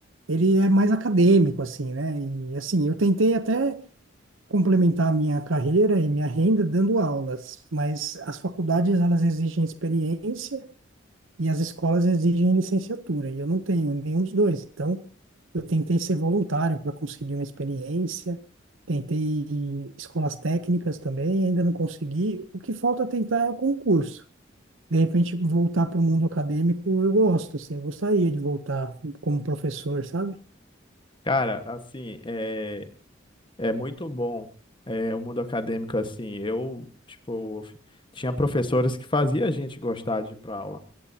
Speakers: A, on the right; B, on the left.
A: ele é mais acadêmico, assim, né? E, assim, eu tentei até complementar a minha carreira e minha renda dando aulas, mas as faculdades elas exigem experiência e as escolas exigem licenciatura, e eu não tenho nenhum dos dois. Então, eu tentei ser voluntário para conseguir uma experiência, tentei escolas técnicas também, ainda não consegui. O que falta tentar é o concurso. De repente, voltar para o mundo acadêmico, eu gosto, assim, eu gostaria de voltar como professor, sabe?
B: Cara, assim, é, é muito bom é, o mundo acadêmico assim. Eu, tipo, f- tinha professores que fazia a gente gostar de ir pra aula.